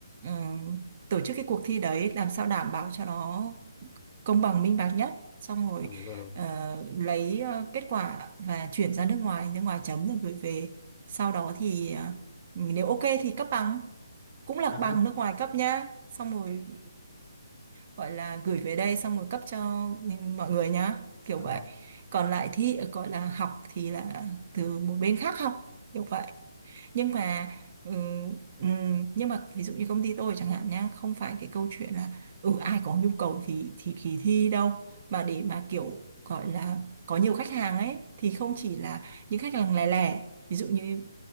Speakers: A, on the right; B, on the left.
A: ờ, tổ chức cái cuộc thi đấy làm sao đảm bảo cho nó công bằng minh bạch nhất xong rồi
B: ừ ừ. đó
A: ờ, lấy ờ, kết quả và chuyển ra nước ngoài nước ngoài chấm rồi gửi về sau đó thì ờ, nếu ok thì cấp bằng cũng là
B: ờ,
A: bằng nước ngoài cấp nhá xong rồi gọi là gửi về đây xong rồi cấp cho mọi người nhá kiểu
B: ờ,
A: vậy còn lại thi gọi là học thì là từ một bên khác học kiểu vậy nhưng mà ừm, ừm, nhưng mà ví dụ như công ty tôi chẳng hạn nhá không phải cái câu chuyện là ừ ai có nhu cầu thì thì thì thi đâu mà để mà kiểu gọi là có nhiều khách hàng ấy thì không chỉ là những khách hàng lẻ lẻ ví dụ như